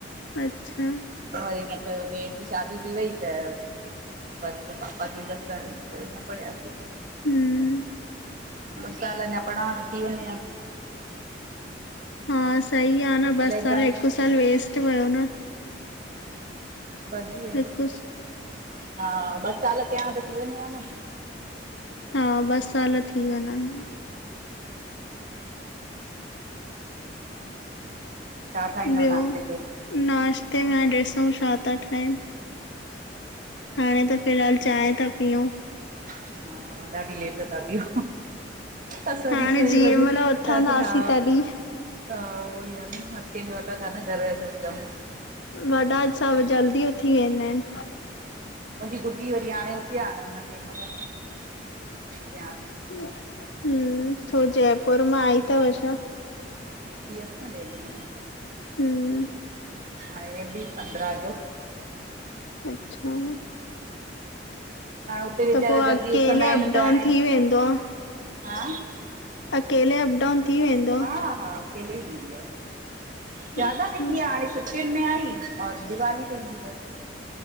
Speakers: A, on the left (about 75°); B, on the right (about 45°).
A: अच्छा!
B: वरी न कयो, भेण जी शादी थी वई त बस पो पापा चईं बस कर, त वरी न पढ़यासे।
A: हम्म
B: ॿ साल अञा पढ़ां हां त थी वञे हां।
A: हा, सही आ न,
B: ब्लैक
A: ॿ साल हिक साल वेस्ट वयो न।
B: भॼी वेंदी
A: हिकु
B: हा, ॿ साल कयां हां त थी वञे हां न।
A: हा, ॿ साल थी वञनहां।
B: छा, ठाईंदव
A: ॿियो
B: नाश्ते ते?
A: नाश्ते में हाणे ॾिसूं छा ता ठायूं। हाणे त फ़िलहाल चांय ता पीयूं।
B: हा, ॾाढी लेट ता पीयो। असांजी
A: हाणे
B: छयें
A: जीअं
B: बजे,
A: महिल उथंदासीं
B: चांती हा
A: तॾहिं
B: हा उहोई आ न, हर केंजो अलॻ आ न, घर जो सिस्टम।
A: वॾा सभ जल्दी उथी वेंदा एन।
B: मुंजी गुॾी वरी हाणे उथी आ, हाणे हुन खे मतलब ॾयांस।
A: हूं, छो जयपुर मां आई तव छा?
B: छुट्टी हस न ॾेढ महिनो।
A: हूं
B: हाणे वेंदी पंद्रा जो।
A: अच्छा
B: हाणे उते वेचारा
A: त पोइ
B: जल्दी
A: अकेले
B: उथंदा एन,
A: अप
B: त
A: डाउन
B: हाणे
A: थी वेंदो आ
B: हा
A: अकेले अप डाउन थी वेंदो?
B: हा हा अकेले ई ईंदी आ, ज्यादा
A: अच्छा
B: न ईंदी आ हाणे छुट् अप्रेल में आई, और दीवाली ते ईंदी बस।